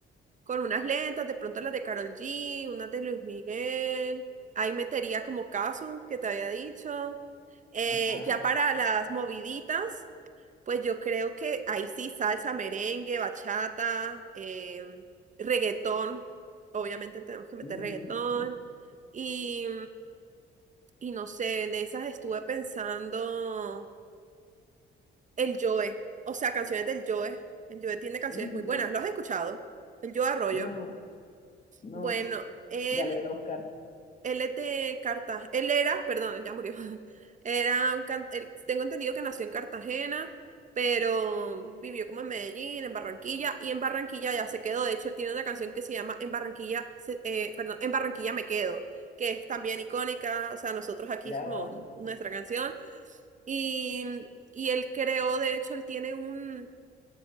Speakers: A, on the right; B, on the left.
A: con unas lentas, de pronto las de Karol G, unas de Luis Miguel. Ahí metería como caso que te había dicho. Eh,
B: Ajá.
A: ya para las moviditas, pues yo creo que ahí sí salsa, merengue, bachata, em, reggaetón. Obviamente tenemos que meter
B: Ujú.
A: reggaetón. Y, y no sé, en esas estuve pensando el Joe, o sea, canciones del Joe. El Joe tiene canciones
B: ¿Quién
A: muy
B: es
A: buenas.
B: Joy?
A: ¿Lo has escuchado? El Joe Arroyo.
B: No, no,
A: Bueno, él,
B: ya lo voy a buscar.
A: él es de Cartagena, él era, perdón, ya murió. <laughs> Era un can- él- tengo entendido que nació en Cartagena, pero vivió como en Medellín, en Barranquilla, y en Barranquilla ya se quedó. De hecho, él tiene una canción que se llama En Barranquilla, se- eh, perdón, En Barranquilla me quedo, que es también icónica. O sea, nosotros aquí
B: Mira,
A: es como
B: va.
A: nuestra canción. Y, y él creó, de hecho, él tiene un,